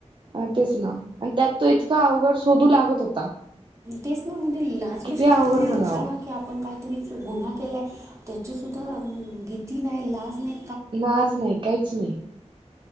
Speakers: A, on the right; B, on the right.
A: अ तेच ना आणि त्यात तो इतका अवघड शोधू लागत होता.
B: तेच म्हणजे लाज
A: किती
B: कशी
A: अवघड
B: वाटत या
A: म्हणावं
B: लोकांला की आपण - गुन्हा केलाय त्याची सुधा भिती नाही लाज नाही.
A: लाज नाही काहीच नाही.